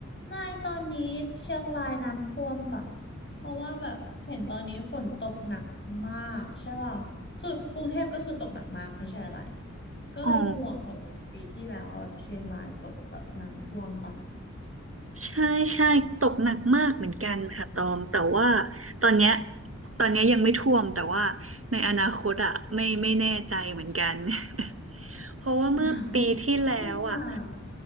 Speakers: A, on the left; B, on the right.
A: ไม่ตอนนี้เชียงรายน้ำท่วมป่ะเพราะว่าแบบเห็นตอนนี้ฝนตกหนักมากใช่ป่ะคือกรุงเทพก็คือตกหนักมากไม่ใช่อะไรก็เลยห่วงเพราะว่าปีที่แล้วแบบเชียงรายตกแบบน้ำท่วมป่ะ
B: อ๋อใช่ใช่ตกหนักมากเหมือนกันค่ะตองแต่ว่าตอนเนี้ยตอนเนี้ยยังไม่ท่วมแต่ว่าในอนาคตอ่ะไม่ไม่แน่ใจเหมือนกัน <laughs> เพราะว่าเมื่อปีที่แล้วอ่ะ
A: อนาคต <laughs> สงสารนะ